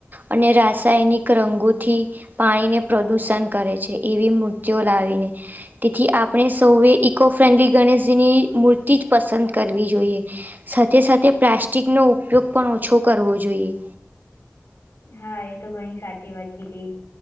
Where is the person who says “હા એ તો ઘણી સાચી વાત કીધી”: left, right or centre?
Left